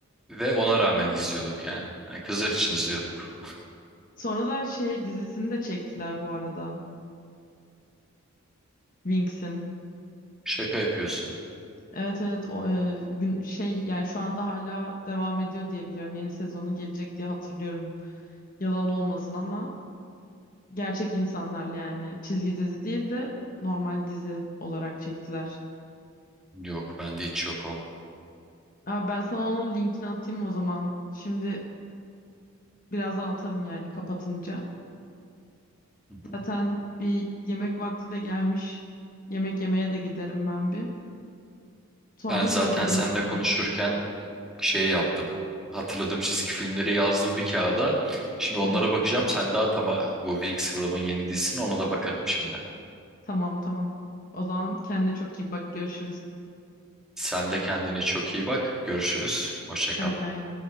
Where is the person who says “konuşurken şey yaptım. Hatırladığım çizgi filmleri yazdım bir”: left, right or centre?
Centre